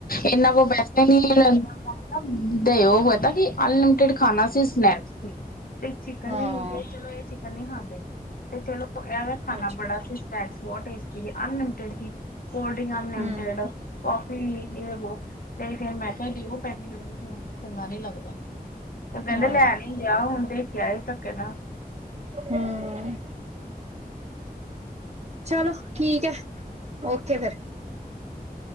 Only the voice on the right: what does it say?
ਹਾਂ
ਅੱਛਾ
ਹਮ
ਹਮ
ਹਮ। ਚਲੋ, ਠੀਕ ਐ, ਓਕੇ ਫੇਰ।